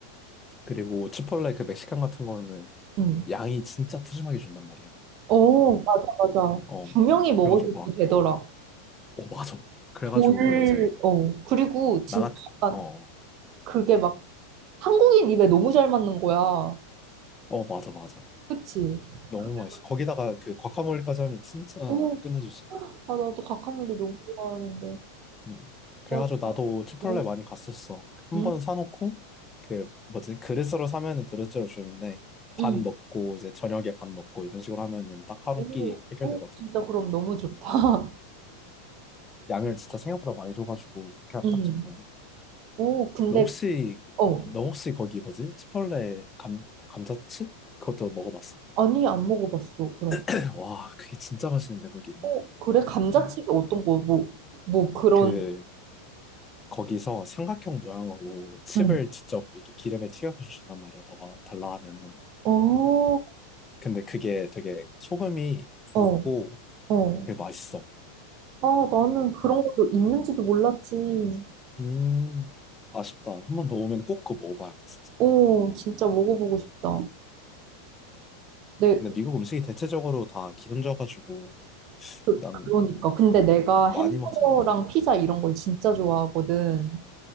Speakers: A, on the left; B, on the right.
A: 그리고 치폴레 그 멕시칸 같은 거는
B: 응.
A: 양이 진짜 푸짐하게 준단 말이야.
B: 어, 맞아, 맞아.
A: 어.
B: 두 명이 먹어도
A: 그래가지고 막,
B: 되더라.
A: 어, 맞아. 그래가지고
B: 돌,
A: 이제
B: 어. 그리고 진짜
A: 나 같은
B: 약간
A: 어,
B: 그게 막 한국인 입에 너무 잘 맞는 거야.
A: 어, 맞아, 맞아.
B: 그치?
A: 너무
B: 그래가지고.
A: 맛있어. 거기다가 그 과카몰리까지 하면 진짜
B: 오.
A: 끝내주지.
B: 아, 나도 각각놀이 너무 좋아하는데.
A: 음. 그래가지고
B: 맞아.
A: 나도 치폴레
B: 어.
A: 많이 갔었어. 한
B: 음.
A: 번 사놓고 그 뭐지 그릇으로 사면은 그릇째로 주는데
B: 응.
A: 반 먹고 이제 저녁에 반 먹고 이런 식으로 하면은 딱 하루
B: 오,
A: 끼 해결되거든.
B: 오, 진짜 그럼 너무 좋다.
A: 양을 진짜 생각보다 많이 줘가지고 그렇게 하면
B: 응.
A: 딱 적당해.
B: 오, 근데,
A: 너 혹시
B: 어,
A: 너 혹시 거기 뭐지 치폴레 감 감자칩 그것도 먹어봤어?
B: 아니, 안 먹어봤어, 그럼.
A: <laughs> <clears throat> 와 그게 진짜 맛있는데 거기는.
B: 어, 그래? 감자칩이
A: 음.
B: 어떤 거, 뭐, 뭐, 그런,
A: 그 거기서 삼각형 모양으로 칩을
B: 응.
A: 직접 이렇게 기름에 튀겨서 준단 말이야. 너가 달라 하면은.
B: 어,
A: 근데 그게 되게 소금이
B: 어,
A: 굵고
B: 어.
A: 되게 맛있어.
B: 아, 나는 그런
A: 어.
B: 것도 있는지도 몰랐지.
A: 음, 아쉽다. 한 번 더 오면 꼭 그거 먹어봐야 돼, 진짜.
B: 오, 진짜 먹어보고 싶다. 내,
A: 근데 미국 음식이 대체적으로 다 기름져가지고
B: 그,
A: 난
B: 그러니까. 근데 내가 햄버거랑
A: 많이 먹지 못해.
B: 피자 이런 걸 진짜 좋아하거든.